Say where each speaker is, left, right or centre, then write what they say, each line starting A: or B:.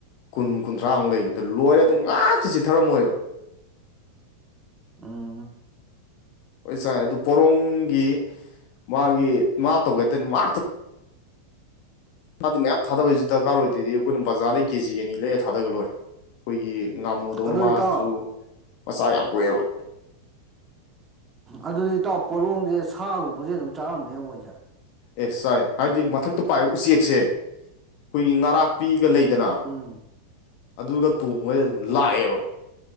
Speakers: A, on the left; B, on the right.
A: ꯀꯨꯟ ꯀꯨꯟꯊ꯭ꯔꯥꯃꯨꯛ ꯂꯩꯕꯗꯣ ꯂꯣꯏꯔꯦ ꯑꯗꯨꯝ ꯉꯥꯛꯇ ꯆꯤꯠꯊꯔꯝꯃꯣꯏꯕ
B: ꯎꯝ
A: ꯍꯣꯏ ꯆꯥꯏ ꯑꯗꯨ ꯄꯣꯔꯣꯡꯒꯤ ꯃꯥꯒꯤ ꯃꯥ ꯇꯧꯒꯦ ꯍꯥꯏ ꯇꯥꯗꯤ ꯃꯥꯛ ꯇ__ ꯃꯥꯗꯤ ꯃꯌꯥꯝ ꯊꯥꯗꯕꯩꯖꯨ ꯗꯔꯀꯥꯔ ꯑꯣꯏꯗꯦꯗꯤ ꯑꯈꯣꯏꯅ ꯕꯖꯥꯔꯗꯩ ꯀꯦꯖꯤ ꯑꯅꯤ ꯂꯩꯔ ꯊꯥꯗꯒ꯭ꯔ ꯂꯣꯏꯔꯦ ꯈꯣꯏꯒꯤ ꯉꯥꯃꯨꯗꯧꯅ
B: ꯎꯝ ꯑꯗꯨ
A: ꯃꯥꯖꯨ
B: ꯏꯇꯥꯎ
A: ꯃꯆꯥ ꯌꯥꯝ ꯀꯣꯛꯑꯦꯕ
B: ꯑꯗꯨꯗꯤ ꯏꯇꯥꯎ ꯄꯣꯔꯣꯡꯖꯦ ꯁꯥꯒꯨꯝꯕꯖꯦ ꯑꯗꯨꯝ ꯆꯥꯔꯝꯅꯦ ꯃꯣꯏꯖꯦ
A: ꯑꯦ ꯆꯥꯏ ꯍꯥꯏꯗꯤ ꯃꯊꯛꯇ ꯄꯥꯏꯕ ꯎꯆꯦꯛꯆꯦ ꯑꯈꯣꯏꯒꯤ ꯉꯔꯥꯛꯄꯤꯒ ꯂꯩ__ ꯗꯦꯅꯥ
B: ꯎꯝ
A: ꯑꯗꯨꯒ ꯇꯣꯡꯕꯩꯗ ꯑꯗꯨꯝ
B: ꯎꯝ
A: ꯂꯥꯛꯑꯦꯕ